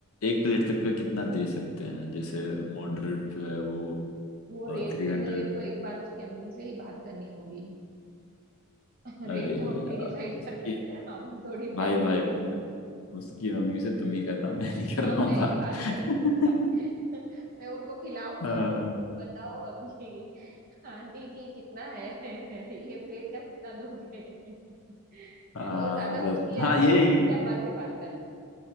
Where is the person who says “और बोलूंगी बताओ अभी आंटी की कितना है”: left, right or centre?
Right